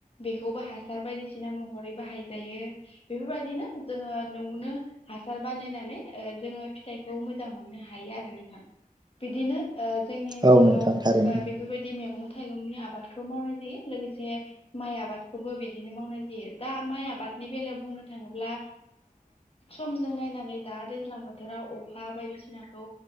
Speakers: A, on the left; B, on the right.
A: बेखौबो हासार बायदिसिना महरै बाहाय जायो बेफोरबायदिनो जोङो न'आवनो हासार बानायनानै ओ जोङो फिथाइखौ मोजां मोननो हायो आरो नोंथां बिदिनो ओ जोंनि ओनसोलाव
B: औ नोंथां थारैनो
A: बेफोरबायदि मैगं थाइगंनि आबादखौ मावनाय जायो लोगोसे माइ आबादखौबो बिदिनो मावनाय जायो दा माइ आबाद बेलायाव बुंनो थाङोब्ला समजों नायनानै दा दैज्लां बोथोराव अखा बायदिसिनाखौ